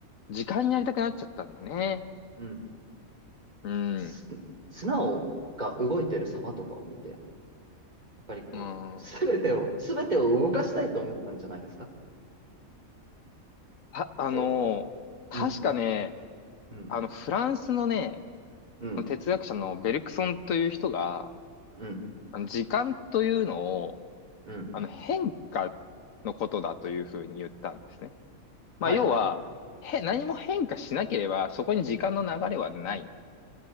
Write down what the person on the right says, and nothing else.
うん
す、砂を、が動いてる様とかを見て、やっぱりこう、
すべてを、すべてを動かしたいと思ったんじゃないですか
こ
う、うん、うん、
うん、
うん、
うん。
はいはいはい。